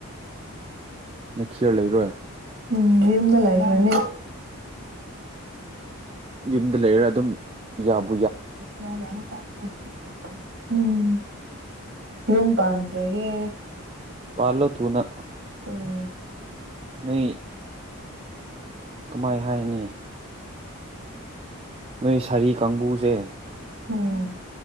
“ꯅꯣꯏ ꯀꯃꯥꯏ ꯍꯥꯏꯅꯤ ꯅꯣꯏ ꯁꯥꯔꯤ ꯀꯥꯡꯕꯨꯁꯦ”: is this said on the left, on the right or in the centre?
Right